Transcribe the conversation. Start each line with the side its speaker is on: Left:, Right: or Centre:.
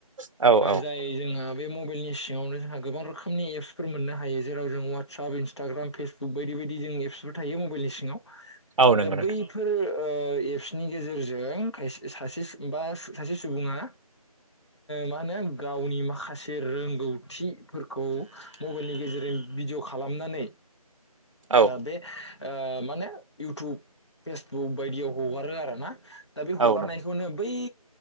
Right: औ औ
Left: जाय जोंहा बे मबाइलनि सिङावनो जोंहा गोबां रोखोमनि एप्सफोर मोननो हायो जेराव जों वाट्सएप इन्सटाग्राम फेसबुक बायदि बेबायदि जों एप्सबो थायो मबाइलनि सिङाव
Right: औ नंगौ
Left: दा
Right: नोंथां
Left: बैफोर ओ एपसनि गेजेरजों सासे बा सासे सुबुङा मा होनो गावनि माखासे रोंगौ थि। फोरखौ मबाइलनि गेजेरजों भिडिय' खालामनानै
Right: औ
Left: बे ओ माने इउटुब फेसबुक बायदियाव हगारो आरो ना दा बे हगारनाय
Right: औ नंगौ
Left: बै